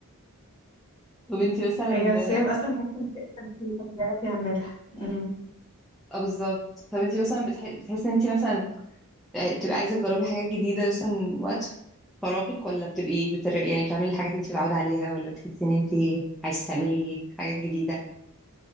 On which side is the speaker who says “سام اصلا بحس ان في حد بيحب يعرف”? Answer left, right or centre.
Left